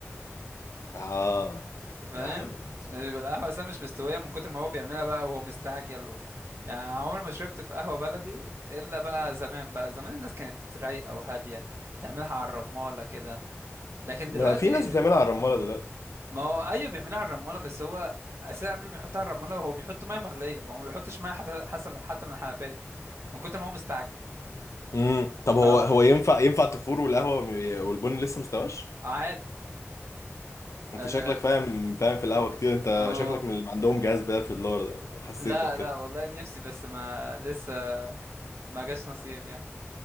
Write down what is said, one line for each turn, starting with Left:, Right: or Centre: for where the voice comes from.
Left: اه
Right: فاهم
Left: آه.
Right: بيبقى القهوة أساسا مش مستوية من كتر ما هو بيعملها بقى وهو مستعجل و... يعني عمري ما شربت في قهوة بلدي إلا بقى زمان بقى زمان الناس كانت رايقة وهادية تعملها على الرمالة كده لكن
Left: ما
Right: دلوقتي
Left: في ناس بتعملها على الرمالة دلوقتي
Right: ما هو ايوه بيعملها على الرموله بس هو اساسا قبل ما يحطها على الرموله هو بيحط ميه مغليه هو ما بيحطش ميه حتى حسب حتى من الحنفيه من كتر ما هو مستعجل
Left: امم طب هو
Right: فانا
Left: هو ينفع ينفع التفور والقهوة والبن لسه مستواش
Right: عادي لا
Left: انت
Right: لا
Left: شكلك فاهم فاهم في القهوة كتير انت
Right: هو-
Left: شكلك من اللي عندهم جهاز بدل في الدولار ده حسيتك
Right: لا
Left: كده
Right: لا، والله نفسي بس ما لسه ما جاش نصيب يعني